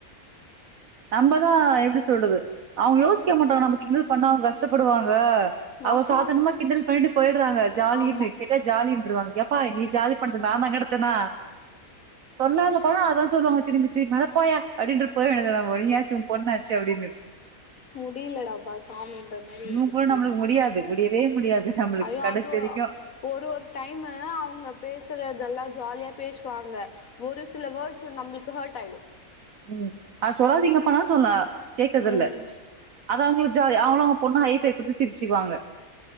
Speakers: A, on the right; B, on the left.
A: நம்மதான் எப்படி சொல்றது அவங்க யோசிக்க மாட்டங்க நமக்கு இனது பண்ண அவங்க கஷ்டப்படுவாங்க அவ
B: ஆஹா
A: சாதனமா கிந்தல் பண்ணிட்டு போய் விட்ருவாங்க ஜாலின்னு
B: ஆமா
A: கேட்டா ஜாலின்ருவாங்க எப்பா நீ ஜாலி பண்ண நா தா கிடச்சனா சொல்லாதப்பலா அதான் சொல்லுவாங்க திரும்பி திரும்பி அட போயா அப்படின் போயது ஒரு யாச்சும் உ பொண்ணாச்சு அப்டின்னு
B: முடியலடாப்பா சாமின்ற மாதிரி
A: இவங்க
B: இருக்கு
A: கூட
B: நம்மளுக்கு
A: முடியாது முடியவே முடியாது நம்மளுக்கு
B: ஐயோ
A: கடைசி
B: அது
A: வரைக்கும்
B: ஒரு ஒரு டைமு அவங்க பேசுறதெல்லா ஜாலியா பேச வாங்க ஒரு சில வேர்ட்ஸ் நம்மளுக்கு ஹர்ட்டாய்டு
A: உம் அ சொல்லாதீங்கப்பானான் சொல்லன் கேக்குது
B: ம்
A: இல்ல அது அவங்களுக்கு ஜாலி அவங்களும் பொண்ணு ஹைத் திரிச்சுக்குவாங்க